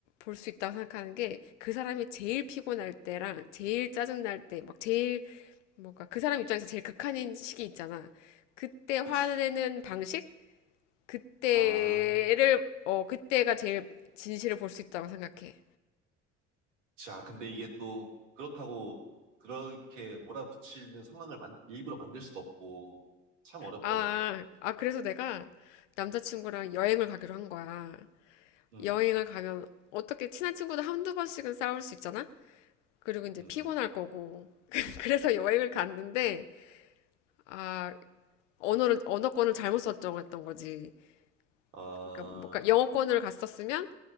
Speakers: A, on the left; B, on the right.
A: 볼 수 있다고 생각하는 게 그 사람이 제일 피곤할 때랑 제일 짜증날 때 막 제일 뭔가 그 사람 입장에서 제일 극한인 시기 있잖아. 그때 화내는
B: 그치.
A: 방식? 그때를
B: 아,
A: 어 그때가 제일 진실을 볼 수 있다고 생각해.
B: 자, 근데 이게 또 그렇다고 그렇게 몰아붙이는 상황을 만, 일부러 만들 수도 없고 참 어렵다,
A: 아,
B: 이거.
A: 아 그래서 내가 남자친구랑 여행을 가기로 한 거야.
B: 응,
A: 여행을 가면 어떻게 친한 친구도 한두 번씩은 싸울 수 있잖아. 그리고 이제
B: 응,
A: 피곤할
B: 응.
A: 거고. <laughs> 그래서 여행을 갔는데, 아, 언어를, 언어권을 잘못 설정했던 거지.
B: 아,
A: 그러니까 뭔가 영어권을 갔었으면